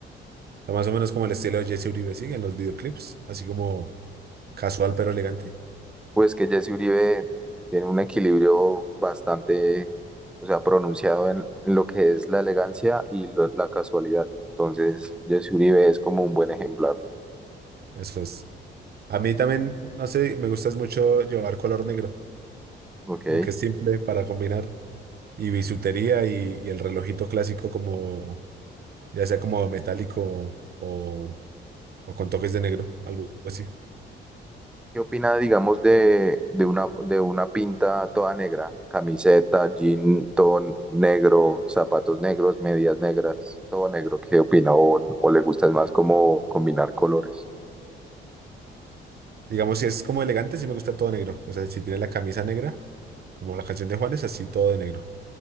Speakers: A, on the right (about 50°); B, in the centre.
A: sea, más o menos como el estilo de Jesse Uribe, ¿sí? En los videoclips, así como casual pero elegante.
B: Pues que Jesse Uribe tiene un equilibrio bastante, o sea, pronunciado en, en lo que es la elegancia y lo- la casualidad. Entonces, Jesse Uribe es como un buen ejemplar,
A: Eso es. A mí también, no sé, me gusta mucho llevar color negro,
B: ¿ok?
A: como que es simple para combinar y bisutería y, y el relojito clásico como, ya sea como metálico o, o con toques de negro, algo así.
B: ¿Qué opina, digamos, de, de una, de una pinta toda negra? Camiseta, jean, todo negro, zapatos negros, medias negras, todo negro. ¿Qué opina? ¿O, o le gusta más como combinar colores?
A: Digamos, si es como elegante, sí me gusta todo negro. O sea, si tiene la camisa negra, como la canción de Juanes, así todo de negro.